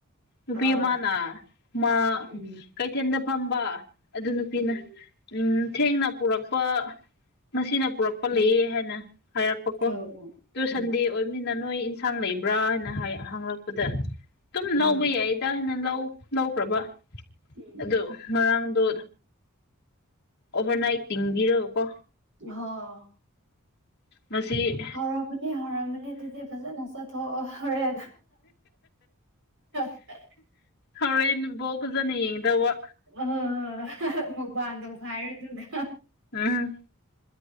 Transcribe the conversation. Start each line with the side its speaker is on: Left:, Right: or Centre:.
Left: ꯅꯨꯄꯤ
Right: ꯑꯥ
Left: ꯑꯃꯅ ꯃꯥ
Right: ꯎꯝ
Left: ꯀꯩꯊꯦꯜꯗ ꯐꯝꯕ ꯑꯗꯨ ꯅꯨꯄꯤꯅ
Right: ꯎꯝ
Left: ꯎꯝ ꯊꯦꯡꯅ ꯄꯨꯔꯛꯄ ꯉꯁꯤꯅ ꯄꯨꯔꯛꯄ
Right: ꯎꯝ
Left: ꯂꯩꯌꯦ ꯍꯥꯏ ꯍꯔꯄꯀꯣ
Right: ꯑꯣ ꯑꯣ
Left: ꯇꯨ ꯁꯟꯗꯦ
Right: ꯎꯝ
Left: ꯑꯣꯏꯕꯅꯤꯅ ꯅꯣꯏ ꯏꯟꯁꯥꯡ ꯂꯩꯕ꯭ꯔꯥ ꯍꯥꯏꯅ ꯍꯪꯂꯛꯄꯗ ꯑꯗꯨꯝ
Right: ꯎꯝ
Left: ꯂꯧꯕ ꯌꯥꯏ ꯍꯈꯤꯇ ꯍꯦꯟꯅ ꯂꯧ ꯂꯧꯈ꯭ꯔꯕ
Right: ꯎꯝ
Left: ꯑꯗꯣ ꯉꯔꯥꯡꯗꯣ ꯑꯣꯚꯔꯅꯥꯏꯠ ꯊꯤꯡꯕꯤꯔꯣ ꯀꯣ
Right: ꯍ
Left: ꯃꯁꯤꯁꯤ
Right: ꯍꯧꯔꯝꯃꯅꯤ ꯍꯧꯔꯝꯃꯅꯤ ꯑꯗꯨꯗꯤ ꯐꯖꯅ ꯆꯠꯊꯣꯛ ꯍꯣꯔꯦ <unintelligible>
Left: ꯍꯣꯔꯦꯟ ꯕꯥꯎ ꯐꯖꯅ ꯌꯦꯡꯗꯕ
Right: ꯑꯣ ꯃꯨꯕꯥꯗ ꯍꯥꯏꯔꯗꯨꯒ
Left: ꯎꯝ